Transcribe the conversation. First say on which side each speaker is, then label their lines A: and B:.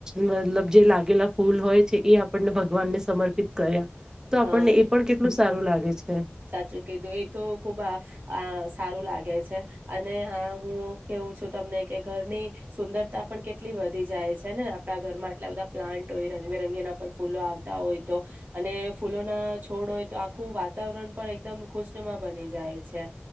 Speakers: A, on the right; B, on the right.
A: મતલબ જે લાગેલા ફૂલ હોય છે એ આપણને ભગવાનને સમર્પિત કર્યા તો આપણને
B: હા
A: એ પણ કેટલું સારું લાગે છે
B: સાચું કીધું એ તો ખુબ આ સારું લાગે છે અને આ હું કેવું છું તમને કે ઘરની સુંદરતા પણ કેટલી વધી જાય છે ને આપણા ઘરમાં આટલા બધા પ્લાન્ટ હોય રંગબેરંગી એના પર ફૂલો હોય તો અને ફૂલો ના છોડ હોય તો આખું વા વાતાવરણ પણ એકદમ ખુશ્ણમાં બની જાય છે